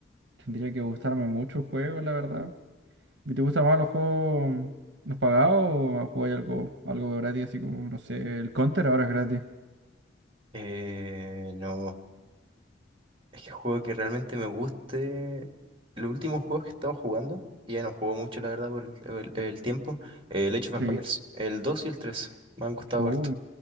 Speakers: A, on the right (about 65°); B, on the right (about 30°).
A: Tendría que gustarme mucho el juego, la verdad. ¿Y te gustan más los juegos mm, los pagados o jugáis algo, algo gratis, así como, no sé, el Counter ahora es gratis?
B: eh, no. Es que juego que realmente me guste. Los últimos juegos que he estado jugando, y ya no juego mucho, la verdad, por el, el- el tiempo. eh, El Age of Empires,
A: Sí.
B: el 2 y el 3 Me han gustado
A: Uh,
B: harto.